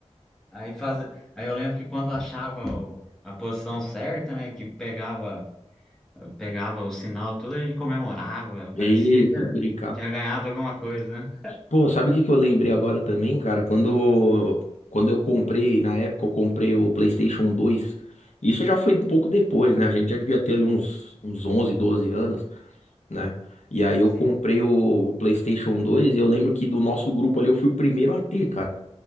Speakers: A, in the centre; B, on the left (about 90°).
A: Aí, faz... aí eu lembro que quando achava o- a posição certa, né, que pegava, pegava o sinal, tudo a gente comemorava,
B: Isso,
A: parecia que
B: de brincar.
A: tinha ganhado alguma coisa, né?
B: Pô, sabe o que que eu lembrei agora também, cara? Quando, quando eu comprei, na época eu comprei o PlayStation dois. Isso já foi um pouco depois, né? A gente já devia ter ali uns, uns 11, 12 anos, né? E aí eu
A: Sim.
B: comprei o, o PlayStation dois e eu lembro que do nosso grupo ali eu fui o primeiro a ter, cara.